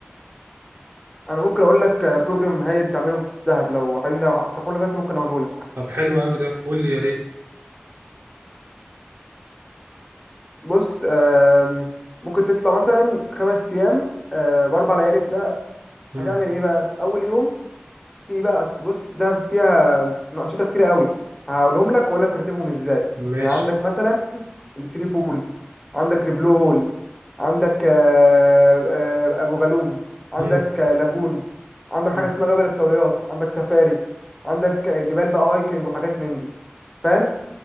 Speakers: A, in the centre; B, on the right.
A: انا ممكن اقول لك بروجرام هايل تعمله في دهب لو عايزين لو هشرحه لك دلوقتي ممكن اقوله لك
B: طب حلو قوي ده قول لي يا ريت
A: بص آم، ممكن تطلع مثلا خمس ايام آه، باربع ليالي في دهب
B: مم.
A: هتعمل ايه بقى اول يوم في بقى أصل بص دهب فيها انشطه كتير قوي هقولهم لك واقول لك ترتيبهم ازاي
B: ماشي
A: يعني عندك مثلا الثري بولز عندك البلو هول عندك آه، آه، ابو جالوم عندك
B: مم.
A: آه، لاجون عندك حاجه
B: مم.
A: اسمها جبل الطوليات عندك سفاري عندك آه، جبال بقى هايكنج وحاجات من دي فاهم